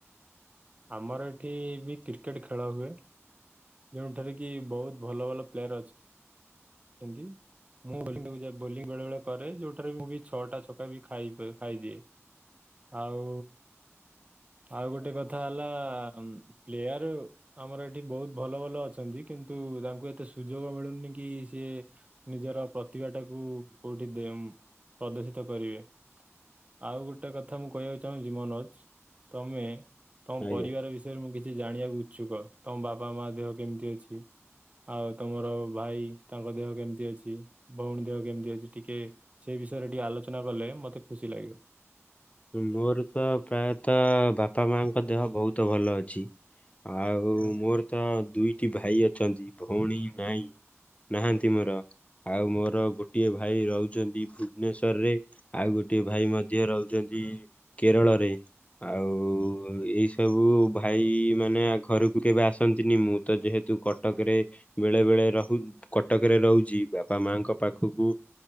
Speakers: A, on the right (about 30°); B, on the left (about 25°).
A: ଆମର ଏଠି ବି କ୍ରିକେଟ ଖେଳ ହୁଏ। ଯେଉଁଠାରେ କି ବହୁତ ଭଲ ଭଲ ପ୍ଲେୟାର ଅଛି <inaudible> ନ୍ତି। ମୁଁ ବୋଲି <inaudible> ବୋଲିଂ ବେଳେ ବେଳେ କରେ ଯୋଉଠାରେ ମୁଁ ବି ଛଅଟା ଛକା ବି ଖାଇ ଖାଇଦିଏ। ଆଉ ଆଉ ଗୋଟେ କଥା ହେଲା ଆମ୍ ପ୍ଲେୟାର ଆମର ଏଠି ବହୁତ ଭଲ ଭଲ ଅଛନ୍ତି କିନ୍ତୁ ତାଙ୍କୁ ଏତେ ସୁଯୋଗ ମିଳୁନି କି ସିଏ ନିଜର ପ୍ରତିଭାଟାକୁ କୁ କୋଉଠି ଦେମ୍ ପ୍ରଦର୍ଶିତ କରିବେ। ଆଉ ଗୋଟେ କଥା ମୁଁ କହିବାକୁ ଚାହୁଁ ମନୋଜ ତମେ ତମ
B: ଆଜ୍ଞା
A: ପରିବାର ବିଷୟରେ ମୁଁ କିଛି ଜାଣିବାକୁ ଇଛୁକ ତମ ବାପା ମା ଦେହ କେମିତି ଅଛି? ଆଉ ତମର ଭାଇ ତାଙ୍କ ଦେହ କେମିତି ଅଛି? ଭଉଣୀ ଦେହ କେମତି ଅଛି? ଟିକେ ସ ବିଷୟରେ ଟିକେ ଆଲୋଚନା କଲେ ମୋତେ ଖୁସି ଲାଗିବ।
B: ମୋର ତ ପ୍ରାୟତଃ ବାପା ମାଙ୍କ ଦେହ ବହୁତ ଭଲ ଅଛି। ଆଉ
A: ହୁଁ।
B: ମୋର ତ ଦୁଇଟି ଭାଇ ଅଛନ୍ତି ଭଉଣୀ ନାଇଁ। ନାହାନ୍ତି ମୋର ଆଉ ମୋର ଗୋଟିଏ ଭାଇ ରହୁଛନ୍ତି ଭୁବନେଶ୍ଵରରେ ଆଉ ଗୋଟେ ଟିଏ ଭାଇ ମଧ୍ୟ ରହୁଛନ୍ତି। କେରଳରେ ଆଉ ଏଇ ସବୁ ଭାଇମାନେ ଘରକୁ କେବେ ଆସ ନ୍ତିନି ମୁଁ ତ ଯେହେତୁ କଟକରେ ବେଳେ ବେଳେ ରହୁ କଟକରେ ରହୁଛି ବାପାମାଙ୍କ ପାଖ ପାଖକୁ